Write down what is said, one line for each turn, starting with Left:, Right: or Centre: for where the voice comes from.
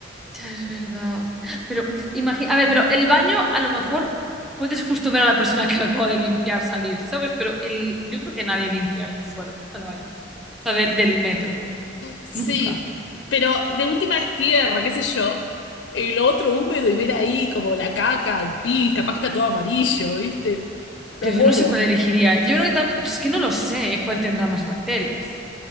Centre: ya es verdad. Pero imagina, a ver, pero el baño a lo mejor puedes justo ver a la persona que lo acaba de limpiar salir, ¿sabes? Pero el, yo creo que nadie limpia el suelo, ¿no? De Nueva York. O sea, de- del metro.
Left: Sí,
Centre: Nunca.
Left: pero de última es tierra, qué sé yo. El otro húmedo y ver ahí como la caca, el pis, capaz que está todo amarillo, ¿viste?
Centre: Yo,
Left: Te
Centre: yo
Left: muero.
Centre: no sé cuál elegiría. Yo creo que tam- es que no lo sé, ¿eh? cuál tendrá más bacterias.